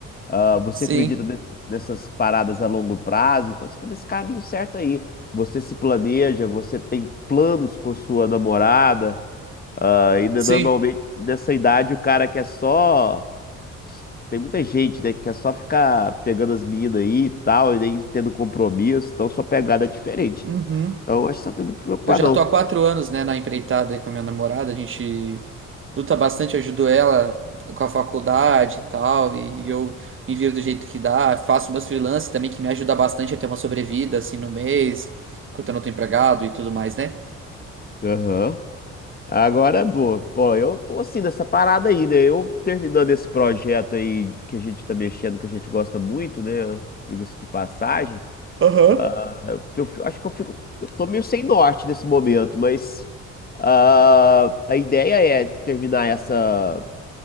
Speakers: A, on the left (about 30°); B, on the right (about 40°).
A: ah, você
B: Sim,
A: acredita ne- nessas paradas a longo prazo, então você está nesse caminho certo aí. Você se planeja, você tem planos com sua namorada. Ah, e né,
B: sim.
A: normalmente nessa idade o cara quer só. Tem muita gente, né, que quer só ficar pegando as minas aí e tal, e nem tendo compromisso, então sua pegada é diferente.
B: Uhum.
A: Então acho que você não tem muito que preocupar,
B: Eu já
A: não.
B: tô há quatro anos, né, na empreitada aí com a minha namorada. A gente luta bastante, ajudou ela com a faculdade e tal, e eu me viro do jeito que dá, faço meus freelances também, que me ajuda bastante a ter uma sobrevida, assim, no mês, enquanto eu não tô empregado e tudo mais, né?
A: Aham. Agora, boa. Pô, eu tô assim nessa parada aí, né? Eu terminando esse projeto aí que a gente tá mexendo, que a gente gosta muito, né? Diga-se de passagem.
B: Aham.
A: Ah, eu acho que eu fico. Eu tô meio sem norte nesse momento, mas ah, a ideia é terminar essa,